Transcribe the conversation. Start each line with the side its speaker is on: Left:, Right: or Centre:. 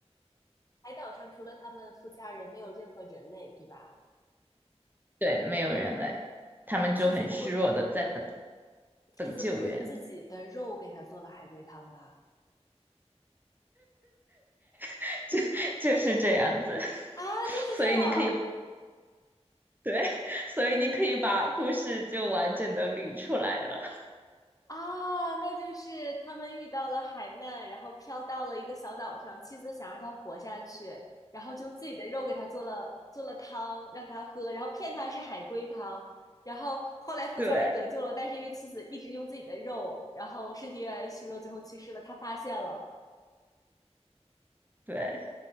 Left: 海岛上除了他们夫妻二人，没有任何人类，对吧？
Right: 对，没有人类，他们就很虚弱的在等
Left: 那妻子不会，妻子不会用自己的肉给他做了海龟汤吧？
Right: 等救援，<laughs> 就就是这样子。<laughs>
Left: 啊，
Right: 所以你可以，
Left: 就是这样
Right: 对，<laughs> 所以你可以把故事就完整的捋出来了。
Left: 啊，那就是他们遇到了海难，然后飘到了一个小岛上，妻子想让他活下去，然后就用自己的肉给他做了做了汤让他喝，然后骗他是海龟汤，然后后来富强人得救了，
Right: <laughs> 对
Left: 但是因为妻子一直用自己的肉，然后身体越来越虚弱，最后去世了，他发现了
Right: 对，